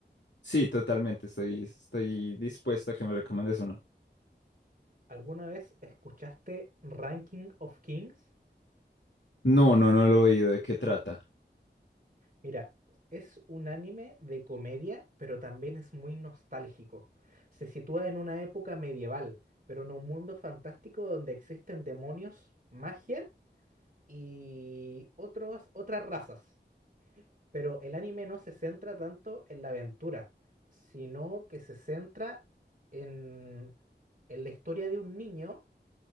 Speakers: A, on the left; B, on the right.
A: Sí, totalmente, estoy, estoy dispuesto a que me recomiendes uno.
B: ¿Alguna vez escuchaste Ranking of Kings?
A: No, no, no lo he oído, ¿de qué trata?
B: Mira, es un anime de comedia, pero también es muy nostálgico. Se sitúa en una época medieval, pero en un mundo fantástico donde existen demonios, magia y otros, otras razas. Pero el anime no se centra tanto en la aventura, sino que se centra en, en la historia de un niño